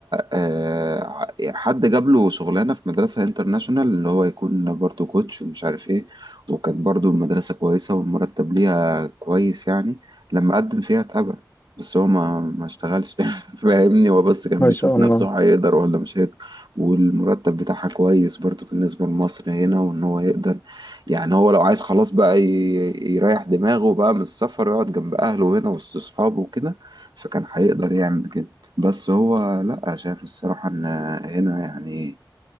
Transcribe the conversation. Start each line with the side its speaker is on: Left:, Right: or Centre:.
Right: آه، حد جاب له شغلانه في مدرسه انترناشونال اللي هو يكون برضه كوتش ومش عارف ايه وكانت برضه المدرسه كويسه والمرتب ليها كويس يعني لما قدم فيها اتقبل بس هو ما ما اشتغلش <laughs> فاهمني هو بس كان
Left: ما
Right: بيشوف
Left: شاء
Right: نفسه
Left: الله
Right: هيقدر ولا مش هيقدر والمرتب بتاعها كويس برضه بالنسبة لمصر هنا وإن هو يقدر يعني هو لو عايز خلاص بقى ي- يريح دماغه بقى من السفر يقعد جنب أهله هنا وسط أصحابه وكده فكان هيقدر يعمل كده بس هو لأ شايف الصراحة إن هنا يعني